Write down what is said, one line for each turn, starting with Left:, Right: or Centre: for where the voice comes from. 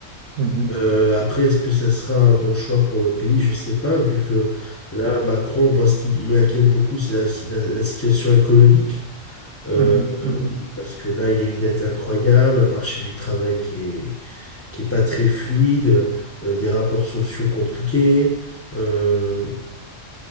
Right: mhm,
Left: Euh, après, est-ce que ça sera un bon choix pour le pays? Je sais pas, vu que là, Macron, moi, ce qui m'inquiète beaucoup, c'est la, la- la situation économique. Euh,
Right: mhm, mhm,
Left: euh,
Right: mhm,
Left: parce que là, il y a une dette incroyable, un marché du travail qui est, qui est pas très fluide, euh, des rapports sociaux compliqués. Euh,